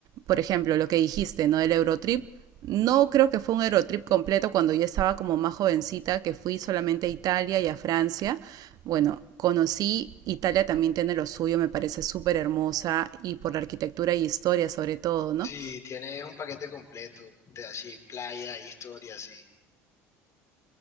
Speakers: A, on the right; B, on the left.
A: por ejemplo, lo que dijiste, ¿no? Del Eurotrip. No creo que fue un Eurotrip completo cuando yo estaba como más jovencita, que fui solamente a Italia y a Francia. Bueno, conocí Italia también tiene lo suyo, me parece súper hermosa y por la arquitectura y historia sobre todo, ¿no?
B: Sí, tienes un paquete completo de así, playa, historia, así.